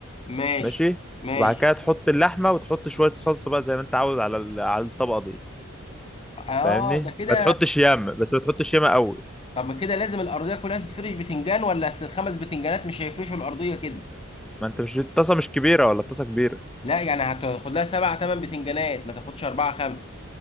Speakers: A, on the left; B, in the centre.
A: ماشي
B: ماشي
A: ماشي
B: وبعد كده تحط اللحمه وتحط شويه صلصه بقى زي ما انت عاوز على ال- على الطبقه دي
A: اه
B: فاهمني
A: ده كده
B: ما تحطش ياما بس ما تحطش ياما قوي
A: طب ما كده لازم الارضيه كلها تتفرش بتنجان ولا اصل الخمس بتنجانات مش هيفرشوا الارضيه كده
B: ما انت مش الطاسه مش كبيره ولا الطاسه كبيره
A: لا يعني هتاخد لها سبع ثمان بتنجانات ما تاخدش اربعه خمسه